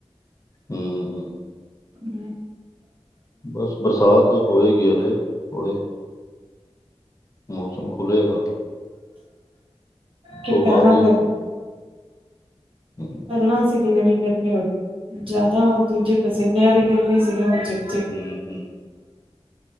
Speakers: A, on the left; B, on the right.
A: ਹਾਂ,
B: ਹੂੰ,
A: ਬਸ ਬਰਸਾਤ ਹੋਏਗੀ ਹਲੇ ਹੁਣੇ, ਮੌਸਮ ਖੁੱਲ੍ਹੇਗਾ।
B: ਕਿ ਕਰ
A: ਬਾਅਦ
B: ਲਾਂਗੇ,
A: ਹੀ <inaudible>
B: ਪਹਿਲਾਂ ਸੀਗੀ ਜਿਹੜੀ ਗਰਮੀ ਓ ਜ਼ਿਆਦਾ ਦੂਜੀ ਪਸੀਨੇ ਵਾਲੀ ਗਰਮੀ ਸੀਗੀ ਉਹ ਚ।
A: ਹੂੰ ਹੂੰ,